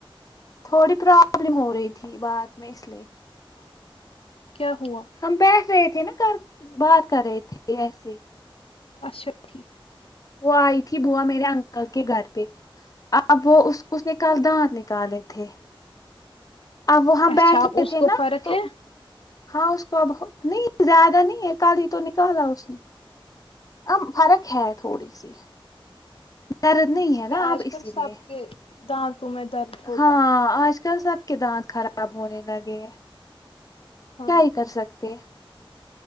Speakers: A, on the left; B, on the left.
A: تھوڑی پرابلم ہو رہی تھی بات میں اس لیے
B: کیا ہوا
A: ہم بیٹھ رہے تھے نا کر بات کر رہے تھے ایسے ہی
B: اچھا ٹھیک
A: وہ آئی تھی بوا میرے انکل کے گھر پہ اب وہ اس اس نے کل دانت نکالے تھے اب وہ ہم
B: اچھا
A: بیٹھے
B: آپ اس
A: تھے
B: کو
A: نا
B: فرق
A: تو
B: ہے
A: ہاں اس کو اب ہو نہیں زیادہ نہیں ہے کل ہی تو نکالا اس نے ام فرق ہے تھوڑی سی درد نہیں
B: ٹھیک
A: ہے نا
B: آج
A: اب اسی
B: کل سب
A: لیے
B: کے دانتوں میں درد ہوتا
A: ہاں
B: ہے
A: آج کل سب کے دانت خراب ہونے لگے ہیں
B: ہاں
A: کیا ہی کر سکتے ہیں